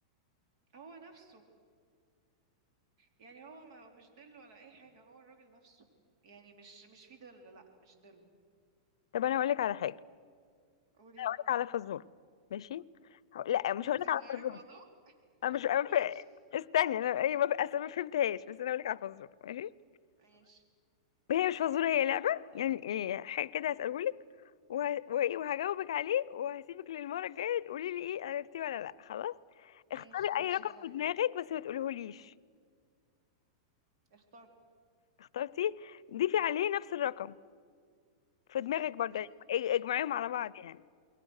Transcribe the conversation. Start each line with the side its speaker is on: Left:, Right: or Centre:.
Right: هو نفسه يعني هو ما- مش دله ولا اي حاجه هو الراجل نفسه يعني مش مش في دل لا مش دله
Left: طب انا هقول لك على حاجه هقول
Right: قولي
Left: لك
Right: لي
Left: على فزوره ماشي هق- لا مش
Right: <laughs> انت
Left: هقول لك
Right: بتغيري
Left: على فزوره
Right: الموضوع
Left: انا مش
Right: <laughs>
Left: أنا
Right: ماشي
Left: ف... استني انا ايوه بف... اصل ما فهمتهاش بس انا هقول لك على فزوره ماشي
Right: ماشي
Left: هي مش فزورة هي لعبة يعني إيه حاجة كده هسألهولك وه... وإيه وهجاوبك عليه وهسيبك للمرة الجاية تقولي لي إيه عرفتيه ولا لأ خلاص اختاري
Right: ماشي ماشي
Left: أي رقم
Right: يلا
Left: في
Right: بينا
Left: دماغك بس ما تقوليهوليش
Right: اخترت
Left: اخترتي ضيفي عليه نفس الرقم في دماغك برضه
Right: دف
Left: يعني اج- اجمعيهم على بعض
Right: دف
Left: يعني